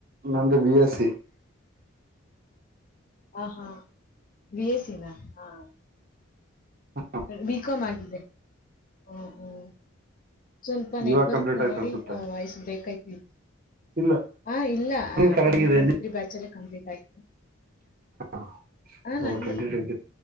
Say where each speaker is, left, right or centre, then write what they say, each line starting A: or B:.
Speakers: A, on the right (about 45°); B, on the left (about 40°).
A: ನಂದ ಬಿ ಎಸ್ಸಿ.
B: ಹ ಹಾ ಬಿ ಎಸ್ ಸಿ ನಾ ಹ
A: ಹಾ <inaudible>
B: ಬಿ. ಕಾಂ. ಆಗಿದೆ ಹ ಹ್ಮ್. ಸ್ವಲ್ಪ ನೆಟ್ವರ್ಕ್
A: ಇವಾಗ ಕಂಪ್ಲೀಟ್ ಆಯ್ತು
B: ನೋಡಿ
A: ಅನ್ಸುತ್ತೆ
B: ವಾಯ್ಸ್ ಬ್ರೇಕ್ ಆಯ್ತಿತಿ.
A: ಇಲ್ಲ
B: ಹಾ ಇಲ್ಲ
A: ಕರೆಕ್ಟ್
B: ಟ್ವೆಂಟಿ
A: ಇದೆ
B: ಟ್ವೆಂಟಿ ತ್ರೀ ಬ್ಯಾಚಲ್ವೇ ಕಂಪ್ಲೀಟ್ ಆಯ್ತು.
A: ಹಾ
B: ಆ ನಂದು
A: ಓ ಟ್ವೆಂಟಿ ಟ್ವೆಂಟಿ.